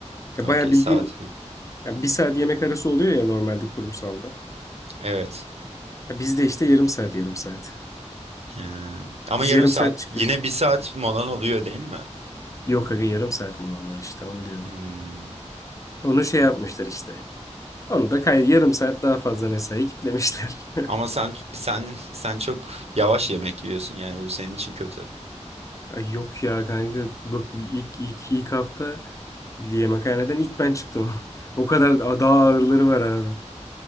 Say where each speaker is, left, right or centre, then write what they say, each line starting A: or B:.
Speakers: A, on the left; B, on the right.
A: Ya baya
B: okey
A: bildiğin
B: saat
A: Ya bir saat yemek arası oluyor ya normalde kurumsalda.
B: evet
A: Ya bizde işte yarım saat yarım saat.
B: Ee, ama
A: Biz
B: yarım
A: yarım
B: saat
A: saat çıkıyoruz.
B: yine bir saat molan oluyor değil mi?
A: Yok aga yarım saat mi olan var işte onu diyorum.
B: Hmm.
A: Onu şey yapmışlar işte. Onu da kay yarım saat daha fazla mesai kitlemişler.
B: Ama sen sen sen çok yavaş yemek yiyorsun yani bu senin için kötü.
A: <laughs> Ay yok ya kanka bak ilk ilk ilk hafta yemekhaneden ilk ben çıktım. <laughs> O kadar daha ağırları var abi.